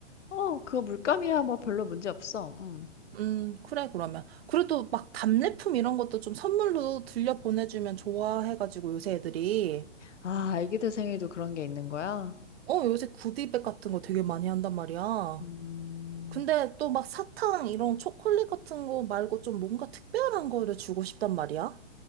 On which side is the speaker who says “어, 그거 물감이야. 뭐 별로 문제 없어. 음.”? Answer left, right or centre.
Left